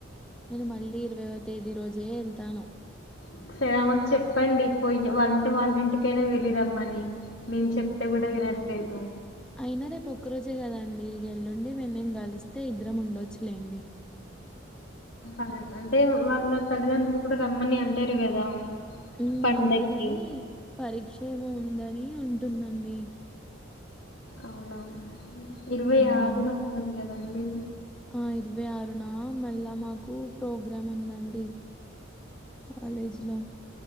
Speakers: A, in the centre; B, on the left (about 60°).
A: నేను మళ్ళీ ఇరవైవ తేదీ రోజే వెళ్తాను
B: ఒకసారి ఆమెకు చెప్పండి పోయి వాళ్ళంటే వాళ్ళ ఇంటికైనా వెళ్లిరమ్మని మేము చెప్తే కూడా వినట్లేదు
A: అయినా రేపు ఒక్క రోజే కదా అండి ఇగ ఎల్లుండి మే నేను గలిస్తే ఇద్దరం ఉండొచ్చులేండి
B: అన్ అంటే వాళ్ళ తల్లిదండ్రులు కూడా రమ్మని అంటారు కదా
A: ఉ
B: పండక్కి
A: అదేగాని పరీక్ష ఏమో ఉన్ దని ఉంటుందండి
B: అవునా ఇరవై
A: హ్మ్.
B: ఆరుదా అన్నదు గదా అండి
A: ఆ ఇరవై ఆరునా మళ్ళా మాకు ప్రోగ్రామ్ ఉందండి కాలేజ్ లో